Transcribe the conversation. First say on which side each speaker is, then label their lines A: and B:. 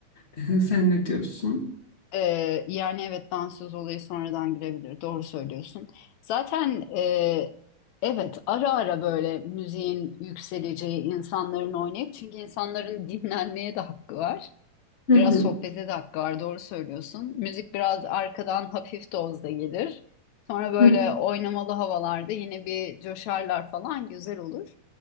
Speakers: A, on the left; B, on the left.
A: e, sen ne diyorsun?
B: Ee, yani evet dansöz olayı sonradan girebilir. Doğru söylüyorsun. Zaten e, evet ara ara böyle müziğin yükseleceği insanların oynayıp çünkü insanların <laughs> dinlenmeye de hakkı var.
A: Hı
B: Biraz
A: hı.
B: sohbete de hakkı var. Doğru söylüyorsun. Müzik biraz arkadan hafif dozda gelir. Sonra böyle
A: Hı hı.
B: oynamalı havalarda yine bir coşarlar falan güzel olur.